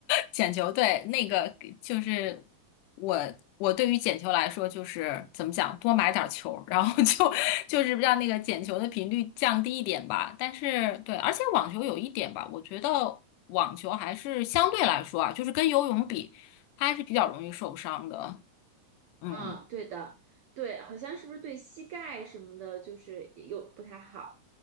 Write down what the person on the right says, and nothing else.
嗯，对的，对，好像是不是对膝盖什么的，就是有不太好。